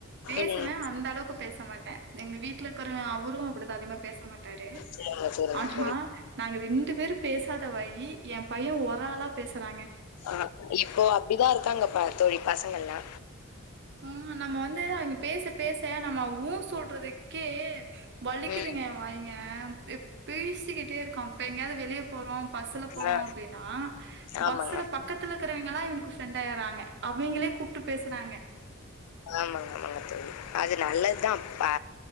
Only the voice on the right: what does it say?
பேசுவ
அந்தளவுக்கு பேச மாட்ட வீட்ல இருக்குற அவரு அப்டிதா அதிகமா பேச மாட்டாரு
ஆனா
நாங்க ரெண் டு பேரு பேசாத வாயி ஏம் பைய ஒராளா பேசுறாங்க
ம் நம்ம வந்து அங்க பேச பேச நம்ம ஊ சொல்றதுக்கே வலிக்கிதுங்க
வாய்ங்க பேசிக்கிட்டே இருக்கா இப்ப எங்கயாவ்து வெளிய போறோ பஸ்சுல போறோ
அப்டின்னா
பஸ்ஸுல பக்கத்ல இருக்குறவைங்களா இவனுக்கு ஃப்ரெண்ட் ஆய்றாங்க அவிங்களே கூப்ட்டு பேசுறாங்க